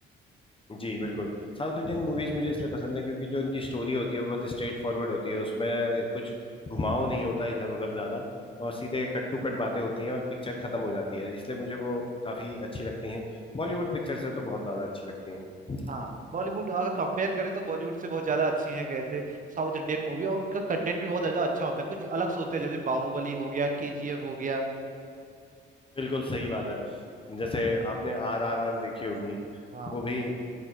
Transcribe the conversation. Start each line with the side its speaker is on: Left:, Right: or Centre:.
Left: जी बिल्कुल साउथ इंडियन मूवीज मुझे इसलिए पसंद है क्योंकि जो उनकी स्टोरी होती है वो बहुत स्ट्रेट फॉरवर्ड होती है उसमें कुछ घुमाव नहीं होता इधर उधर ज्यादा और सीधे कट टू कट बातें होती हैं और पिक्चर खत्म हो जाती है इसलिए मुझे वो काफी अच्छी लगती हैं बॉलीवुड पिक्चर से तो बहुत ज्यादा अच्छी लगती हैं
Right: हाँ बॉलीवुड अगर कंपेयर करें तो बॉलीवुड से बहुत ज्यादा अच्छी है कहते साउथ इंडियन मूवी और उनका कंटेंट भी बहुत ज्यादा अच्छा होता है कुछ अलग सोचते हैं जैसे बाहुबली हो गया केजीएफ हो गया
Left: बिल्कुल सही बात है जैसे आपने आर आर आर देखी होगी
Right: हाँ
Left: वो
Right: बिल्कुल
Left: भी